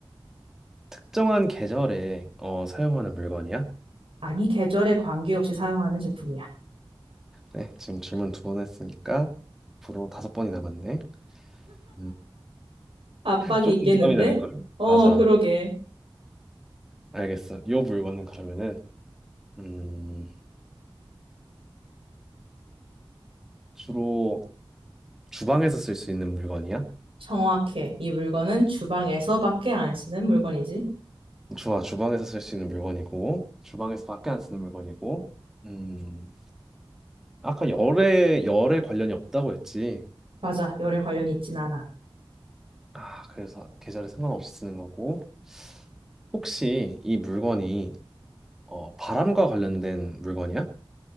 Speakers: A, in the centre; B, on the right (about 75°).
A: 특정한 계절에 어, 사용하는 물건이야?
B: 아니, 계절에 관계없이 사용하는 제품이야.
A: 네, 지금 질문 두 번 했으니까 앞으로 다섯 번이 남았네. 음,
B: 압박이
A: 조금
B: 있겠는데?
A: 부담이 되는 걸?
B: 어,
A: 맞아.
B: 그러게.
A: 알겠어. 요 물건은 그러면은 음, 주로 주방에서 쓸 수 있는 물건이야?
B: 정확해. 이 물건은 주방에서밖에 안 쓰는 물건이지.
A: 좋아, 주방에서 쓸 수 있는 물건이고, 주방에서 밖에 안 쓰는 물건이고, 음, 아까 열에, 열에 관련이 없다고 했지.
B: 맞아. 열에 관련이 있진 않아.
A: 아, 그래서 계절에 상관없이 쓰는 거고, 혹시 이 물건이 어, 바람과 관련된 물건이야?